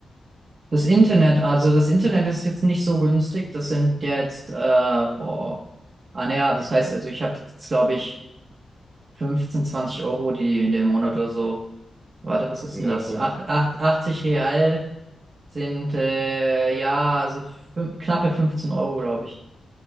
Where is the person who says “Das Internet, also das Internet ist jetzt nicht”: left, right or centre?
Right